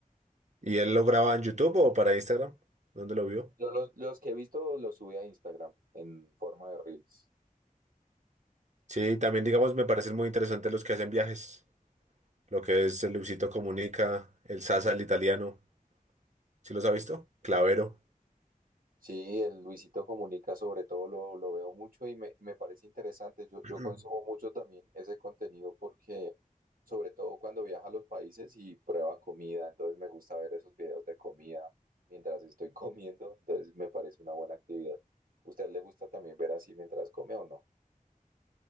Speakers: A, on the right; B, on the right.
A: ¿Y él lo graba en YouTube o para Instagram? ¿Dónde lo vio?
B: Yo los, los que he visto los subí a Instagram en forma de reels.
A: Sí, también digamos me parecen muy interesantes los que hacen viajes. Lo que es el Luisito Comunica, el Sasa, el italiano. ¿Sí los ha visto? Clavero.
B: Sí, el Luisito Comunica sobre todo lo, lo veo mucho y me, me parece interesante. Yo,
A: <clears throat>
B: yo consumo mucho también ese contenido porque sobre todo cuando viaja a los países y prueba comida, entonces me gusta ver esos videos de comida mientras estoy <laughs> comiendo, entonces me parece una buena actividad. ¿Usted le gusta también ver así mientras come o no?